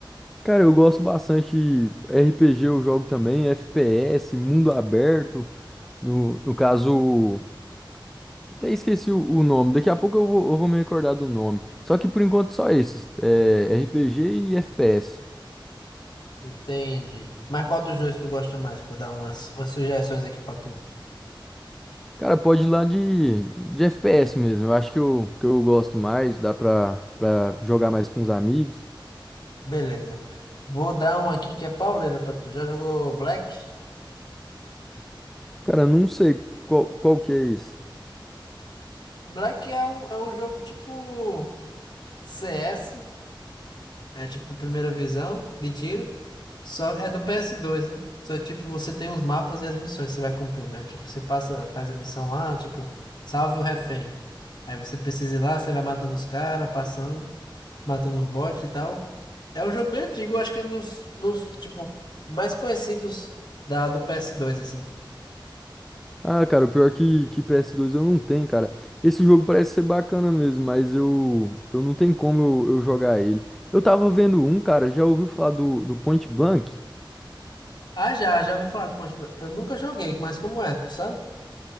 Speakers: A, in the centre; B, on the left.
A: Cara, eu gosto bastante de RPG, eu jogo também, FPS, mundo aberto. No, no caso, até esqueci o, o nome. Daqui a pouco eu vou, eu vou me recordar do nome. Só que por enquanto só esses, é, RPG e FPS.
B: Entende. Mas qual dos dois tu gosta mais? Vou dar umas, umas sugestões aqui pra tu.
A: Cara, pode ir lá de, de FPS mesmo. Eu acho que eu, que eu gosto mais, dá pra, pra jogar mais com os amigos.
B: Beleza. Vou dar um aqui que é pauleira pra tu. Já jogou Black?
A: Cara, não sei qual, qual que é esse.
B: Black é um, é um jogo tipo CS, é tipo primeira visão de tiro. Só é do ps dois né? Só que, tipo, você tem os mapas e as missões que você vai cumprindo. Né? Tipo, você passa, faz a missão lá, tipo, salve o refém. Aí você precisa ir lá, você vai matando os caras, passando, matando os bots e tal. É um jogo bem antigo, eu acho que é um dos, dos tipo, mais conhecidos da, do ps dois assim.
A: Ah, cara, o pior que, que ps dois eu não tenho, cara. Esse jogo parece ser bacana mesmo, mas eu, eu não tenho como eu, eu jogar ele. Eu tava vendo um, cara, já ouviu falar do, do Point Blank?
B: Ah, já, já ouvi falar do Ponte Preta. Eu nunca joguei, mas como é, tu sabe?